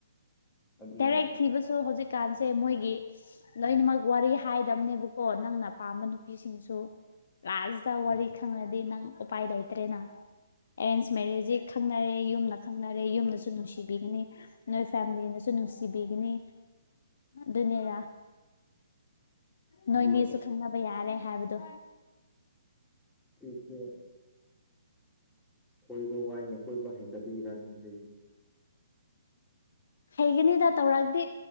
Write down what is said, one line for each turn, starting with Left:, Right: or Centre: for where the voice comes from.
Centre: ꯑꯗꯨ
Left: ꯗꯥꯏꯔꯦꯛ ꯊꯤꯕꯁꯨ ꯍꯧꯖꯤꯛꯀꯥꯟꯁꯦ ꯃꯣꯏꯒꯤ ꯂꯣꯏꯅꯃꯛ ꯋꯥꯔꯤ ꯍꯥꯏꯗꯕꯅꯦꯕꯀꯣ ꯅꯪꯅ ꯄꯥꯝꯕ ꯅꯨꯄꯤꯁꯤꯡꯁꯨ ꯂꯥꯁ ꯇ
Centre: ꯎꯝ
Left: ꯋꯥꯔꯤ ꯈꯪꯉꯗꯤ ꯅꯪ ꯎꯄꯥꯏ ꯂꯩꯇ꯭ꯔꯦꯅ ꯑꯦꯔꯦꯟꯖ ꯃꯦꯔꯦꯁꯖꯤ ꯈꯪꯅꯔꯦ ꯌꯨꯝ ꯈꯪꯅꯔꯦ ꯌꯨꯝꯗꯁꯨ ꯅꯨꯡꯁꯤꯕꯤꯒꯅꯤ ꯅꯣꯏ ꯐꯦꯃꯤꯂꯤꯅꯁꯨ ꯅꯨꯡꯁꯤꯕꯤꯒꯅꯤ ꯑꯗꯨꯅꯦꯔꯥ ꯅꯣꯏꯅꯤꯁꯨ
Centre: ꯑꯗꯨ
Left: ꯈꯪꯅꯕ ꯌꯥꯔꯦ ꯍꯥꯏꯕꯗꯣ
Centre: ꯄꯤꯁꯦ ꯀꯣꯏꯕ ꯋꯥꯏꯅꯦ ꯀꯣꯏꯕ ꯍꯩꯇꯕꯒꯤꯔꯥ ꯈꯪꯗꯦꯅꯤ
Left: ꯍꯩꯒꯅꯤꯗ ꯇꯧꯔꯛꯑꯗꯤ